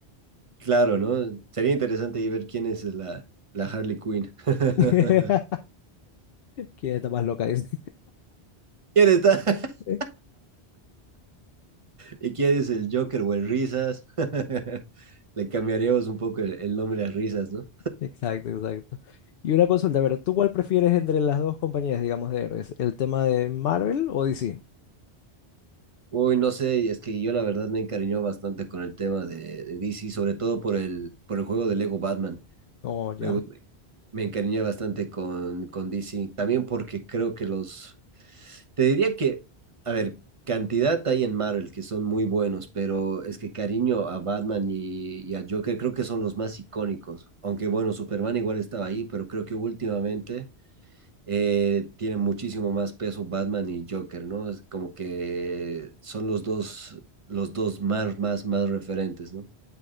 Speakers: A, on the right; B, on the left.
A: Claro, ¿no? Sería interesante ahí ver quién es la, la Harley Quinn. <laughs>
B: <laughs> ¿Quién está más loca? Dice.
A: ¿Quién está? <laughs>
B: <laughs>
A: ¿Y quién es el Joker o el Risas? <laughs> Le cambiaremos un poco el, el nombre a Risas, ¿no?
B: Exacto, exacto. Y una consulta, a ver, ¿tú cuál prefieres entre las dos compañías, digamos, de héroes? ¿El tema de Marvel o DC?
A: Uy, no sé, es que yo la verdad me encariñó bastante con el tema de, de DC, sobre todo por el, por el juego de Lego Batman.
B: Oh, ya.
A: Me, gu- me encariñé bastante con, con DC, también porque creo que los... Te diría que, a ver, cantidad hay en Marvel que son muy buenos, pero es que cariño a Batman y, y a Joker creo que son los más icónicos. Aunque bueno, Superman igual estaba ahí, pero creo que últimamente eh, tienen muchísimo más peso Batman y Joker, ¿no? Es como que son los dos, los dos más, más, más referentes, ¿no?